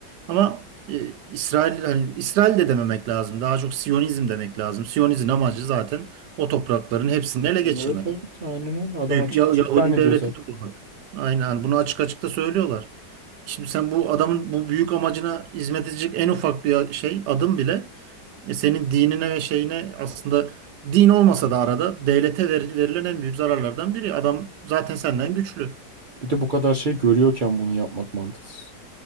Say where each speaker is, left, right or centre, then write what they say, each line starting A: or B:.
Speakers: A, on the right; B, on the right.
A: Ama e, İsrail hani İsrail de dememek lazım. Daha çok Siyonizm demek lazım. Siyonizm amacı zaten o toprakların hepsini ele geçirmek.
B: Evet evet aynen öyle. Adam
A: Büyük
B: açık
A: Ya-
B: açık
A: Yahudi
B: ilan ediyor
A: devletini
B: zaten.
A: kurmak. Aynen hani bunu açık açık da söylüyorlar. Şimdi sen bu adamın bu büyük amacına hizmet edecek en ufak bir şey adım bile e, senin dinine ve şeyine aslında din olmasa da arada devlete ver- verilen en büyük zararlardan biri. Adam zaten senden güçlü.
B: Bir de bu kadar şey görüyorken bunu yapmak mantıksız.